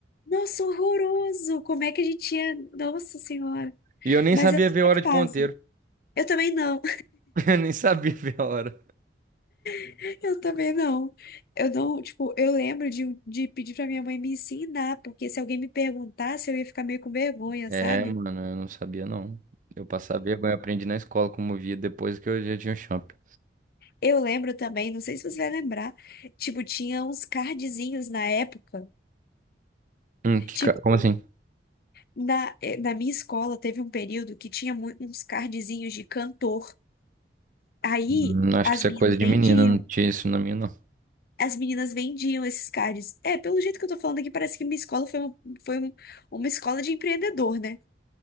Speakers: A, on the left; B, on the right.
A: nossa, horroroso! Como é que a gente tinha? Nossa Senhora!
B: E eu nem
A: Mas
B: sabia
A: eu tô
B: ver a hora de
A: fase.
B: ponteiro.
A: Eu também não,
B: <laughs> Eu nem sabia ver a hora.
A: <laughs> eu também não. Eu não, tipo, eu lembro de, de pedir pra minha mãe me ensinar, porque se alguém me perguntasse, eu ia ficar meio com vergonha,
B: É,
A: sabe?
B: mano, eu não sabia, não. Eu passava vergonha, aprendi na escola como via depois que eu já tinha o Champion.
A: Eu lembro também, não sei se você vai lembrar, tipo, tinha uns cardzinhos na época.
B: Hum, que
A: Tipo,
B: ca- Como assim?
A: na, eh, na minha escola teve um período que tinha mu- uns cardzinhos de cantor. Aí
B: Hum, acho
A: as
B: que isso
A: meninas
B: é coisa de
A: vendiam.
B: menina, não tinha isso na minha, não.
A: As meninas vendiam esses cards. É, pelo jeito que eu tô falando aqui, parece que minha escola foi uma, foi um- uma escola de empreendedor, né?